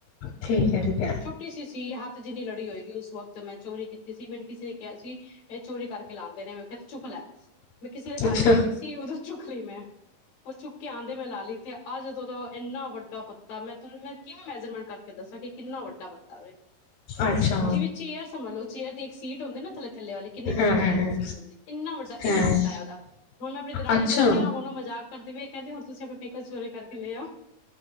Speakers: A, on the left; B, on the left.
A: ਠੀਕ ਹੈ ਠੀਕ ਹੈ
B: ਛੁੱਟੀ ਸੀ ਸੀ ਹੱਥ ਜਿੰਨੀ ਲੜੀ ਹੋਏਗੀ ਉਸ ਵਕਤ ਮੈਂ ਚੋਰੀ ਕੀਤੀ ਜਸੀਂ ਮੈਨੂੰ ਕਿਸੇ ਨੇ ਕਿਹਾ ਸੀ ਇਹ ਚੋਰੀ ਕਰਕੇ ਲਾਉਂਦੇ ਨੇ ਚਝੁੱਕ ਲੈ ਮੈਂ ਕਿਸੇ ਦੇ
A: ਅੱਛਾ
B: ਘਰ ਗਏ ਸੀ ਸੀ ਉਦੋਂ ਚੁੱਕ ਲਈ ਮੈਂ ਉਹ ਚੁੱਕ ਕੇ ਆਉਂਦੇ ਮੈਂ ਲਾ ਲਈ ਤੇ ਅੱ ਜਦੋਂ ਦਾ ਇੰਨਾ ਵੱਡਾ ਪੱ ਤਾਂ ਮੈਂ ਤੁ ਮੈਂ ਕੀਂਵੇਂ ਮੈਜਰਮੈਂਟ ਕਰਕੇ ਦੱਸਾਂ ਕਿੰਨਾ ਵੱਡਾ ਪੱਤਾ ਹੋਵੇ
A: ਅੱਛਾ
B: ਜਿਵੇਂ ਚੇਅਰ ਸੰਭਨ ਲਓ ਚੇਅਰ ਤੇ ਇੱਕ ਸੀਟ ਹੁੰਦੇ ਨਾ ਥੱਲੇ ਵਾਲੀ ਕਿੰਨੀ ਵੱਡੀ
A: ਹਾਂ ਹਾਂ
B: ਚੇਅਰ
A: ਹਾਂ
B: ਸੀਟ ਇੰਨਾ ਵੱਡਾ
A: ਹਾਂ
B: ਇੱਕ ਪੱਤਾ ਉਹਦਾ ਹੁਣ ਮੈਂ ਆਪਣੀ ਦਰਰਾਣੀ
A: ਅੱਛਾ
B: ਨੂੰ ਦੱਸਿਆ ਹੁਨੂੰ ਮਜ਼ਾਕ ਕਰਦੀਵੇ ਕਹਿੰਦੇ ਹੁਣ ਤੁਸੀਂ ਆਪਣੇ ਪੇਕੇ ਤੋ ਚੋਰੀ ਕਰਕੇ ਲਏ ਆਓ